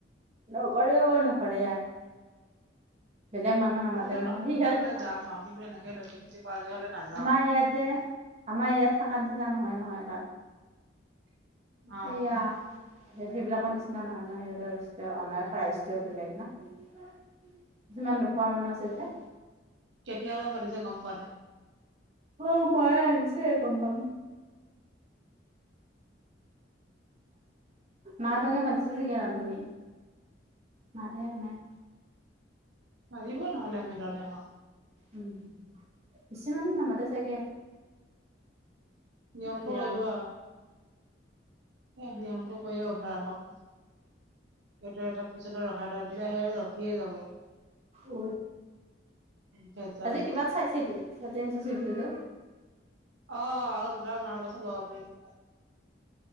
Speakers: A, on the right; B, on the right.
A: নকৰে অ', নকৰে ইয়াত। বেলেগ মানুহ নামতে
B: তেনেকে
A: নহয়
B: নকৰাকে হ'লে যাম আও কিন্তু
A: <unintelligible>
B: এনেকে লেটি পেটি কৰাকে হ'লে নাযাওঁ।
A: আমাৰ ইয়াত যে আমাৰ ইয়াত থাক নিচিনা নহয় নহয় তাত।
B: অ'।
A: এইয়া সেইবিলাকৰ নিচিনা নহয় নহয় সিহঁতৰ আমাৰ সৰাজয়ও বেলেগ ন। কিছুমান নোখোৱা মানুহ আছে যে
B: কেতিয়াবা পাতিছে গম পোৱা নে নাই?
A: অ', মায়ে আহিছে গম পাম। মাহঁতকে মাতিছে চাগে ৰান্ধনী। ভাত হে বনাই।
B: মাৰিব নহ'লে মিলনে আমাক।
A: উম, বেছি মানুহ নামতে চাগে।
B: নিয়মটো
A: বেয়া
B: কৰিব আৰু। নিয়মটো কৰিয়ে উধাৰ হক। সেইটো এটা পিছলৈত ৰখাই থৈ দিলে সেই ৰখিয়ে যাব।
A: উ
B: ভেজাল
A: আজি কিবাত চাইছিল <unintelligible> চিভিলটো?
B: আহ আৰু দুটা মাৰা পাছত লব পাৰিম বোলে।